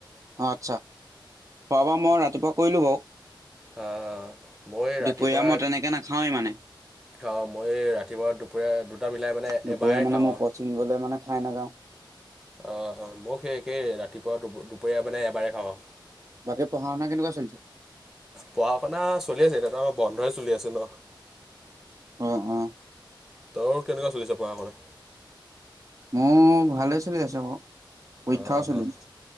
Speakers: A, on the right; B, in the centre.
A: অ আচ্ছা খোৱাবা মই ৰাতিপুৱা কৰিলো বাৰু।
B: আহ, মই ৰাতিপুৱা
A: দুপৰীয়া মই তেনেকে নাখাওৱেই মানে।
B: খাওঁ মই ৰাতিপুৱা দুপৰীয়া দুটা বিলাই মানে
A: দুপৰীয়া
B: এবাৰেই
A: মানে
B: খাওঁ
A: মই
B: আৰু।
A: কচিং গলে মানে খাই নাযাওঁ
B: অ অ মোক সেই একেই ৰাতিপুৱা দুপৰীয়া মানে এবাৰে খাওঁ
A: বাকী পঢ়া শুনা কেনেকুৱা চলিছে
B: পঢ়া শুনা চলি আছে এতিয়াতো আমাৰ বন্ধই চলি আছে ন
A: অ', অ'।
B: তৰ কেনেকুৱা চলিছে পঢ়া শুনা?
A: মো ভালেই চলি আছো আকৌ। পইক্ষাও
B: অ',
A: চলি
B: অ',
A: আছে।